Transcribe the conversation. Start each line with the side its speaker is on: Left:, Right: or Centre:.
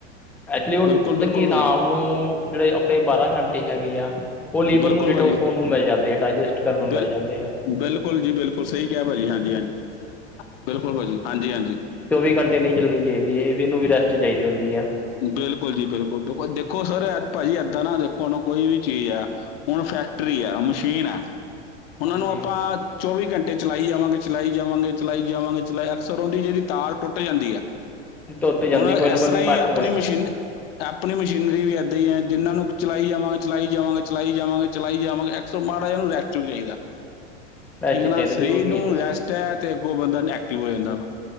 Centre: ਐਕਚੁਲੀ ਓ
Left: ਬਿਲਕੁਲ
Centre: ਪਤਾ
Left: ਬਿਲਕੁਲ
Centre: ਐ ਕੀ
Left: ਭਾਜੀ
Centre: ਹਾਮ ਨੂੰ ਜੇੜੇ ਅਪਨੇ ਬਾਰਾਂ ਘੰਟੇ ਹੈਗੇ ਆ। ਓ ਲੀਵਰ
Left: ਬਿਲਕੁਲ
Centre: ਨੂੰ ਡਿਟੋਸ
Left: ਭਾਜੀ
Centre: ਹੋਨ ਨੂੰ ਮਿਲ ਜਾਂਦੇ, ਡਾਇਜੈਸਟ ਕਰਨ ਨੂੰ ਮਿਲ
Left: ਬਿਲ
Centre: ਜਾਂਦੇ ਆ।
Left: ਬਿਲਕੁਲ ਜੀ, ਬਿਲਕੁਲ ਸਹੀ ਕਿਹਾ ਭਾਜੀ, ਹਾਂਜੀ-ਹਾਂਜੀ, ਬਿਲਕੁਲ ਭਾਜੀ। ਹਾਂਜੀ- ਹਾਂਜੀ।
Centre: ਚੋਵੀ ਘੰਟੇ ਨਹੀਂ ਚੱਲਣੀ ਚਾਹੀਦੀ ਏ, ਇਹ ਵੀ, ਇਹਨੂੰ ਵੀ ਰੈਸਟ ਚਾਹੀਦੀ ਹੁੰਦੀ ਹੈ।
Left: ਬਿਲਕੁਲ ਜੀ, ਬਿਲਕੁਲ। ਦੇਖੋ ਸਰ ਭਾਜੀ ਏਦਾਂ ਨਾ ਦੇਖੋ, ਉਹਨੂੰ ਕੋਈ ਵੀ ਚੀਜ਼ ਆ ਹੁਣ ਫੈਕਟਰੀ ਆ, ਮਸ਼ੀਨ ਐ, ਉਹਨਾਂ
Centre: ਹਾਂਜੀ
Left: ਨੂੰ ਆਪਾਂ ਚੌਵੀ ਘੰਟੇ ਚਲਾਈ ਜਾਵਾਂਗੇ, ਚਲਾਈ ਜਾਵਾਂਗੇ, ਚਲਾਈ ਜਾਵਾਂਗੇ, ਚਲਾਈ ਅਕਸਰ ਉਹਦੀ, ਜਿਹਦੀ ਤਾਰ ਟੁੱਟ ਜਾਂਦੀ ਹੈ। ਹੁਣ,
Centre: ਤੁਰ ਤੇ ਜਾਂਦੀ ਕੋਈ ਨਾ
Left: ਇਸ
Centre: ਕੋਈ
Left: ਤਰ੍ਹਾਂ
Centre: ਇਫੈਕਟ
Left: ਹੀ ਆਪਣੀ
Centre: ਹੈ
Left: ਮਸ਼ੀਨ ਆਪਣੀ ਮਸ਼ੀਨਰੀ ਵੀ ਏਦਾਂ ਹੀ ਹੈ, ਜਿਹਨਾਂ ਨੂੰ ਚਲਾਈ ਜਾਵਾਂਗੇ, ਚਲਾਈ ਜਾਵਾਂਗੇ, ਚਲਾਈ ਜਾਵਾਂਗੇ, ਚਲਾਈ ਜਾਵਾਂਗੇ ਸੋ, ਮਾੜਾ ਜਾ ਇਹਨੁ ਰੈਸਟ ਵੀ ਚਾਹੀਦਾ।
Centre: <unintelligible>
Left: ਠੀਕ ਆ
Centre: ਚਾਹੀਦਾ
Left: ਨਾ, ਸਰੀਰ
Centre: ਜ਼ਰੂਰੀ
Left: ਨੂੰ
Centre: ਹੈ ਜਨਾਬ
Left: ਰੈਸਟ ਤ ਤੈ, ਅੱਗੋ ਬੰਦਾ ਐਕਟਿਵ ਹੋ ਜਾਂਦਾ ਵਾ,